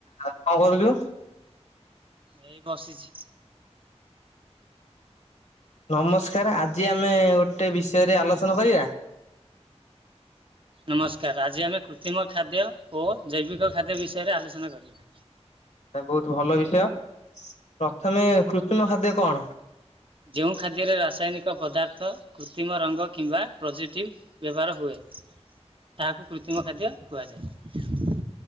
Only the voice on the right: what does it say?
ଏଇ ବସିଛି।
ନମସ୍କାର। ଆଜି ଆମେ କୃତ୍ରିମ ଖାଦ୍ୟ ଓ ଜୈବିକ ଖାଦ୍ୟ ବିଷୟରେ ଆଲୋଚନା କରିବା।
ଯେଉଁ ଖାଦ୍ୟରେ ରାସାୟନିକ ପଦାର୍ଥ କୃତ୍ରିମ ରଙ୍ଗ କିମ୍ବା ପ୍ରଜିଟିଭ୍ ବ୍ୟବହାର ହୁଏ ତାହାକୁ କୃତ୍ରିମ ଖାଦ୍ୟ କୁହାଯାଏ।